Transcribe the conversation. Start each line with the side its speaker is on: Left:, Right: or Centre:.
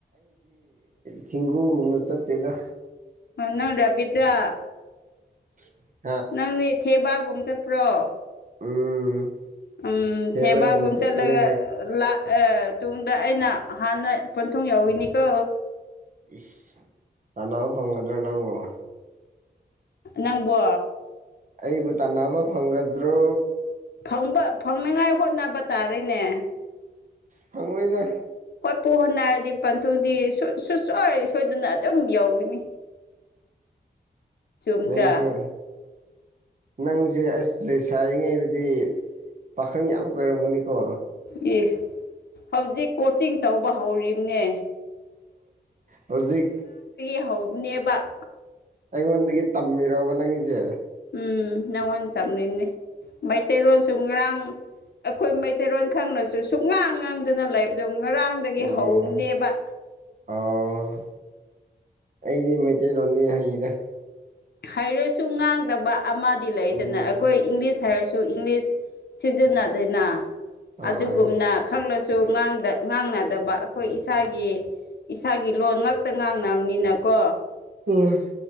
Right: ꯊꯈꯤꯒꯨ ꯍꯅ ꯆ ꯇꯇꯩꯗ
Left: ꯑꯣꯟꯅ ꯗꯕꯤꯠꯇ꯭ꯔ
Right: <inaudible>
Left: ꯅꯪꯗꯤ ꯊꯦꯕꯥꯒꯨꯝꯕ ꯆꯠꯄ꯭ꯔꯣ
Right: ꯎꯝ
Left: ꯎꯝ
Right: ꯊꯦꯕꯒꯨꯝ
Left: ꯊꯦꯕꯥꯒꯨꯝ
Right: ꯆꯠꯄꯅꯦ
Left: ꯆꯠꯂꯒ ꯂ ꯑꯦ ꯇꯨꯡꯗ ꯑꯩꯅ ꯍꯥꯟꯅ ꯄꯣꯟꯊꯨꯡ ꯌꯎꯏꯅꯤꯀꯣ
Right: ꯏꯁ ꯀꯅꯥ ꯐꯪꯉꯗ꯭ꯔꯦ ꯅꯒꯣ
Left: ꯅꯪꯕꯣ
Right: ꯑꯩꯕꯨ ꯇꯥꯟꯅꯕ ꯐꯪꯒꯗ꯭ꯔꯣ
Left: ꯐꯪꯕ ꯐꯪꯅꯤꯉꯥꯏ ꯍꯣꯠꯅꯕ ꯇꯥꯔꯦꯅꯦ
Right: ꯐꯪꯉꯣꯏꯗ
Left: ꯄꯣꯠꯄꯨ ꯍꯣ ꯍꯥꯏꯔꯗꯤ ꯄꯟꯊꯨꯡꯗꯤ ꯁꯨꯡꯁꯣꯏ ꯁꯣꯏꯗꯅ ꯑꯗꯨꯝ ꯌꯧꯈꯤꯅꯤ ꯆꯨꯝꯗ꯭ꯔꯥ
Right: ꯅꯪꯁꯨ ꯅꯪꯁꯨ ꯁꯤꯦ ꯑꯁ ꯂꯩꯁꯔꯤꯉꯩꯗꯗꯤ ꯄꯥꯈꯪ ꯌꯥꯝ ꯀꯣꯏꯔꯝꯃꯅꯤꯀꯣ
Left: ꯑꯦ ꯍꯧꯖꯤꯛ ꯀꯣꯆꯤꯡ ꯇꯧꯕ ꯍꯧꯔꯤꯝꯅꯦ
Right: ꯍꯧꯖꯤꯛ
Left: ꯍꯧꯕꯅꯦꯕ
Right: ꯑꯩꯉꯣꯟꯗꯒꯤ ꯃꯤꯔꯣꯕ ꯅꯉꯁꯦ
Left: ꯎꯝ ꯅꯪꯉꯣꯟ ꯇꯝꯅꯤꯡꯅꯦ ꯃꯩꯇꯩꯔꯣꯟꯜꯁꯨ ꯉꯔꯥꯡ ꯑꯩꯈꯣꯏ ꯃꯩꯇꯩꯔꯣꯟ ꯈꯪꯅꯁꯨ ꯁꯨꯉꯥꯡ ꯉꯥꯡꯗꯅ ꯂꯩꯕꯗ ꯉꯔꯥꯡꯗꯒꯤ
Right: ꯎꯝ
Left: ꯍꯧꯅꯦꯕ
Right: ꯑꯣ ꯑꯩꯗꯤ ꯃꯩꯇꯩ ꯆ ꯂꯣꯗ ꯍꯍꯤꯗ
Left: ꯍꯥꯏꯩꯔꯁꯨ ꯉꯥꯡꯗꯕ ꯑꯃꯗꯤ ꯂꯩꯗꯅ
Right: ꯎꯝ
Left: ꯑꯩꯈꯣꯏ ꯏꯪꯂꯤꯁ ꯍꯥꯏꯔ ꯏꯪꯂꯤꯁ ꯁꯤꯖꯤꯟꯅꯗꯅ
Right: ꯍꯣꯏ
Left: ꯑꯗꯨꯒꯨꯝꯅ ꯈ ꯁꯨ ꯉꯥꯡꯅꯗꯕ ꯑꯩꯈꯣꯏ ꯏꯁꯥꯒꯤ ꯏꯁꯥꯒꯤ ꯂꯣꯟꯜ ꯉꯛꯇ ꯉꯥꯡꯅꯕꯅꯤꯅꯀꯣ
Right: ꯎꯝ